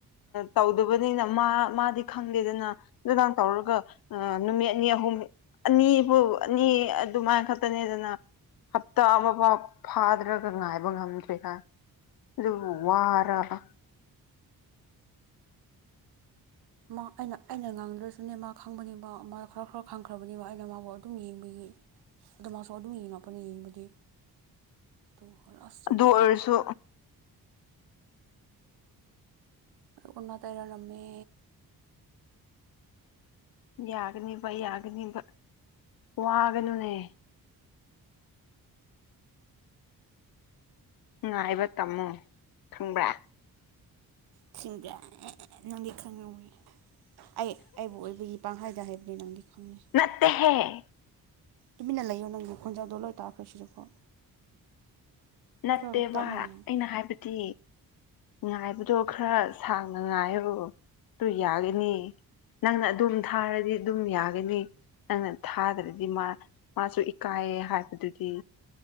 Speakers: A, on the left (about 65°); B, on the right (about 80°).
A: ꯇꯧꯗꯕꯅꯤꯅ ꯗꯤ ꯈꯪꯗꯦꯗꯅ ꯑꯗꯣ ꯅꯪ ꯇꯧꯔꯒ ꯅꯨꯃꯤꯠ ꯑꯅꯤ ꯑꯍꯨꯝ ꯑꯅꯤꯕꯨ ꯑꯅꯤ ꯑꯗꯨꯃꯥꯏ ꯈꯛꯇꯅꯦꯗꯅ ꯍꯞꯇꯥ ꯑꯃꯐꯥꯎ ꯐꯥꯗ꯭ꯔꯒ ꯉꯥꯏꯕ ꯉꯝꯗ꯭ꯔꯦꯒꯥꯏꯅ ꯑꯗꯨꯕꯨ ꯋꯥꯔꯕ
B: ꯃꯥ ꯑꯩꯅ ꯑꯩꯅ ꯉꯥꯡꯗ꯭ꯔꯁꯨꯅꯦ ꯃꯥ ꯈꯪꯕꯅꯦꯕ ꯃꯥ ꯈꯔ ꯈꯔ ꯈꯪꯈ꯭ꯔꯕꯅꯦꯕ ꯑꯩꯅ ꯃꯥꯕꯨ ꯑꯗꯨꯝ ꯌꯦꯡꯕꯒꯤ ꯑ ꯃꯥꯁꯨ ꯑꯗꯨꯝ ꯌꯦꯡꯉꯛꯄꯅꯦ ꯌꯦꯡꯕꯗꯤ ꯑꯗꯣ ꯂꯥꯁꯇꯗꯤ
A: ꯑꯗꯨ ꯑꯣꯏꯔꯁꯨ
B: ꯑꯣꯟꯅ ꯇꯩꯅꯔꯝꯃꯦ
A: ꯌꯥꯒꯅꯤꯕ ꯌꯥꯒꯅꯤꯕ ꯋꯥꯒꯅꯨꯅꯦ ꯉꯥꯏꯕ ꯇꯝꯃꯨ ꯈꯪꯕ꯭ꯔꯥ
B: ꯊꯁꯤꯡꯕ꯭ꯔꯦ <inaudible> ꯅꯪꯗꯤ ꯈꯪꯉꯧꯅꯤ ꯑꯩ ꯑꯩꯕꯨ ꯑꯣꯏꯕꯒꯤ ꯄꯥꯡꯍꯥꯏꯗ ꯍꯥꯏꯕꯅꯦ ꯅꯪꯗꯤ ꯈꯪꯉꯦ
A: ꯅꯠꯇꯦꯍꯦ
B: ꯇꯨꯃꯤꯟꯅ ꯂꯩꯌꯣ ꯅꯪꯒꯤ ꯈꯣꯟꯖꯥꯎꯗꯣ ꯂꯣꯏ ꯇꯥꯛꯈ꯭ꯔꯦ ꯁꯤꯁꯨꯀꯣ
A: ꯅꯠꯇꯦꯕ
B: ꯈꯔ ꯇꯞꯅ ꯉꯥꯡꯉꯣ
A: ꯑꯩꯅ ꯍꯥꯏꯕꯗꯤ ꯉꯥꯏꯕꯗꯣ ꯈꯔ ꯁꯥꯡꯅ ꯉꯥꯏꯌꯣ ꯑꯗꯨ ꯌꯥꯒꯅꯤ ꯅꯪꯅ ꯑꯗꯨꯝ ꯊꯥꯔꯗꯤ ꯑꯗꯨꯝ ꯌꯥꯒꯅꯤ ꯅꯪꯅ ꯊꯥꯗ꯭ꯔꯗꯤ ꯃꯥ ꯃꯥꯁꯨ ꯏꯀꯥꯏꯌꯦ ꯍꯥꯏꯕꯗꯨꯗꯤ